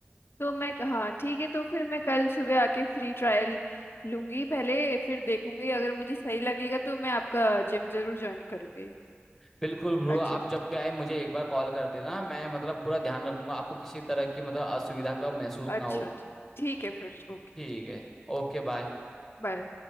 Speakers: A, on the left (about 65°); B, in the centre.
A: तो मैं हाँ ठीक है तो फिर मैं कल सुबह आके फ्री ट्रायल लूंगी पहले फिर देखूंगी अगर मुझे सही लगेगा तो मैं आपका जिम जरूर ज्वाइन करूंगी
B: बिल्कुल ब्रो
A: अच्छा
B: आप जब भी आए मुझे एक बार कॉल कर देना मैं मतलब पूरा ध्यान रखूंगा आपको किसी तरह की मतलब असुविधा का महसूस
A: अच्छा
B: ना हो
A: अच्छा ठीक है फिर ओके
B: ठीक है ओके बाय
A: बाय